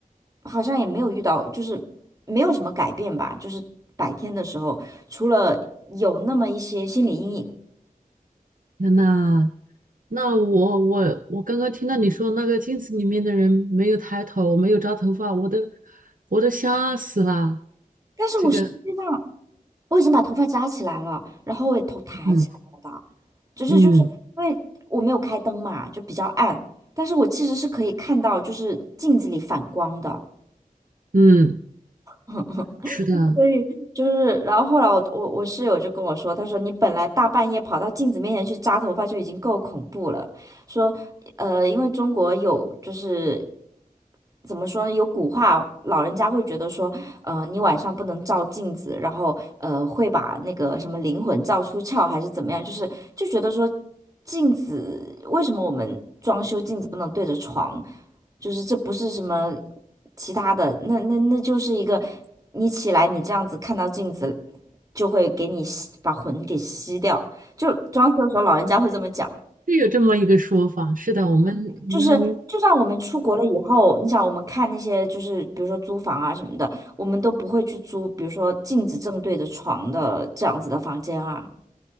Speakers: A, on the right; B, on the right.
A: 好像也没有遇到，就是没有什么改变吧，就是白天的时候除了有那么一些心理阴影，
B: 天呐，那我我我刚刚听到你说那个镜子里面的人没有抬头，没有扎头发，我都我都吓死了。
A: 但是我实际上。
B: 这个，
A: 我已经把头发扎起来了，然后我也头抬起来了的，
B: 嗯
A: 只是就是因为我没有开灯嘛，
B: 嗯
A: 就比较暗，但是我其实是可以看到就是镜子里反光的。
B: 嗯，
A: <laughs>
B: 是的，
A: 所以就是，然后后来我我我室友就跟我说，他说你本来大半夜跑到镜子面前去扎头发就已经够恐怖了，说，呃，因为中国有就是怎么说呢，有古话，老人家会觉得说，呃，你晚上不能照镜子，然后呃会把那个什么灵魂照出窍还是怎么样，就是就觉得说镜子为什么我们装修镜子不能对着床？就是这不是什么其他的，那那那就是一个你起来你这样子看到镜子，就会给你吸把魂给吸掉。就装修的时候老人家会这么讲，
B: 是有这么一个说法。是的，我们我们
A: 就是就算我们出国了以后，你想我们看那些就是比如说租房啊什么的，我们都不会去租，比如说镜子正对着床的这样子的房间啊。